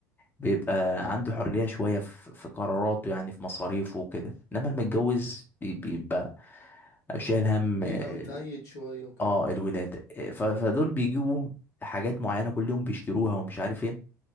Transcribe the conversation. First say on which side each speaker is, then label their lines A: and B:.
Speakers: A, on the left; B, on the left.
A: بيبقى عنده حرية شوية في في قراراته يعني في مصاريفه وكده انما المتجوز بي- بيبقى شايل هم
B: بيبقى
A: ال-
B: متأيد شوية وكده
A: اه الولادة ف- فدول بيجيبوا حاجات معينة كل يوم بيشتروها ومش عارف ايه